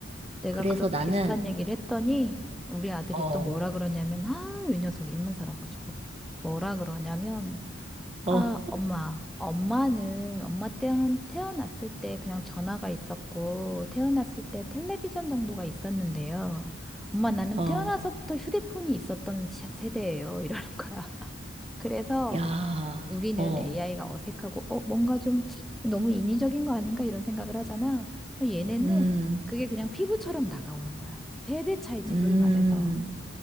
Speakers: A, in the centre; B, on the right.
A: 내가
B: 그래서
A: 그런
B: 나는,
A: 비슷한 얘기를 했더니 우리 아들이
B: 어,
A: 또 뭐라 그러냐면, 아, 이 녀석 입만 살아가지고. 뭐라 그러냐면,
B: 어,
A: 아, 엄마. 엄마는, 엄마 때는 태어났을 때 그냥 전화가 있었고, 태어났을 때 텔레비전 정도가 있었는데요. 엄마, 나는
B: 어,
A: 태어나서부터 휴대폰이 있었던 세- 세대예요. 이러는 거야. <laughs> 그래서
B: 야,
A: 우리는
B: 어,
A: AI가 어색하고, 어, 뭔가 좀 너무 인위적인 거 아닌가 이런 생각을 하잖아. 어, 얘네는
B: 음,
A: 그게 그냥 피부처럼 다가오는 거야. 세대 차이지,
B: 음.
A: 소위 말해서.